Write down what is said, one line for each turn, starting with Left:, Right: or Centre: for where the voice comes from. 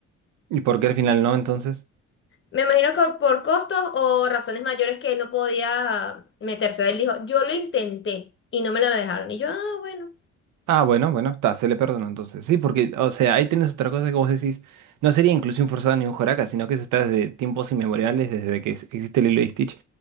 Right: ¿Y por qué al final no, entonces?
Left: Me imagino que por costos o razones mayores que él no podía meterse. Él dijo, yo lo intenté y no me lo dejaron. Y yo, ah, bueno.
Right: Ah, bueno, bueno, está, se le perdonó entonces. Sí, porque, o sea, ahí tienes otra cosa que vos decís, no sería inclusión forzada ni un Joraka, sino que eso está desde tiempos inmemoriales, desde que es- existe Lilo y Stitch.